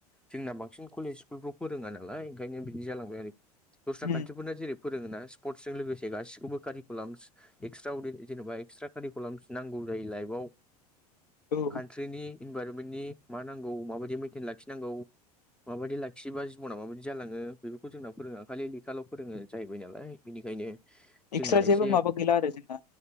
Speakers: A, in the centre; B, on the left (about 85°).
A: जोंना बांसिन कलेज स्कुलफ्राव फोरोङा नालाय ओंखायनो बिदि जालांबाय आरोखि दस्रा
B: उम
A: कान्ट्रिफोरना जेरै फोरोङोना स्पर्टसजों लोगोसे गासिखौबो कारिकुलाम एक्सट्रा उदै जेनेबा एक्सट्रा कारिकलम नांगौ जायो लाइफाव
B: औ
A: ट्रिनि इनभाररमेन्टनि मा नांगौ माबायदि मेइन्टेन लाखिनांगौ माबायदि लाखियोबा जिबनााव माबायदि जालाङो बेफोरखौ जोंना फोरोङो खालि लेखाल' फोरोङो जाहैबाय नालाय बेनिखायनो
B: एक्सट्रा
A: जोंना
B: जेबो
A: एसे
B: माबा गैला आरो जोंना